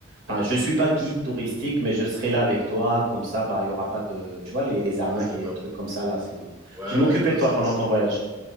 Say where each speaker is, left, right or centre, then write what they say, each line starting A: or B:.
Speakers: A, on the right (about 65°); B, on the right (about 20°).
A: enfin, je ne suis pas guide touristique, mais je serai là avec toi. Comme ça, bah, il n'y aura pas de, tu vois, les, les arnaques
B: Ah, c'est
A: et
B: top.
A: trucs comme ça, là. C'est...
B: Ouais,
A: Je vais
B: ouais,
A: m'occuper
B: bah,
A: de toi
B: c'est-
A: pendant ton voyage.